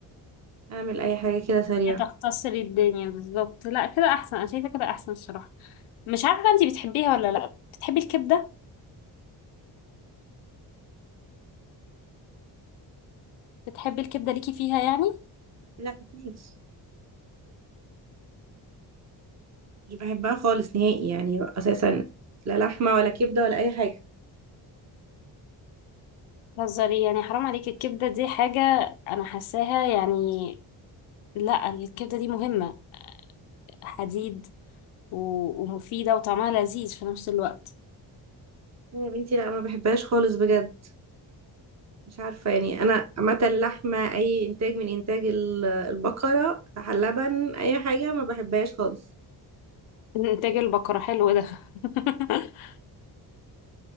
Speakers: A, on the right; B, on the left.
A: اعمل اي حاجه كده سريعه
B: هي تختصري الدنيا بالظبط لا كده احسن انا شايفة كده احسن الصراحة مش عارفة انتي بتحبيها ولا لا بتحبي الكبدة بتحبي الكبدة ليكي فيها يعني
A: لا خالص مش بحبها خالص نهائي يعني اساسا لا لحمه ولا كبده ولا اي حاجه
B: هزاري يعني حرام عليكي الكبدة دي حاجة انا حاساها يعني لا الكبدة دي مهمة حديد و- ومفيدة وطعمها لذيذ في نفس الوقت
A: لا يا بنتي لا ما بحبهاش خالص بجد مش عارفه يعني انا عامه اللحمه اي انتاج من انتاج ال- البقره لبن اي حاجه ما بحبهاش خالص
B: انتاج البقرة حلو ده <laughs>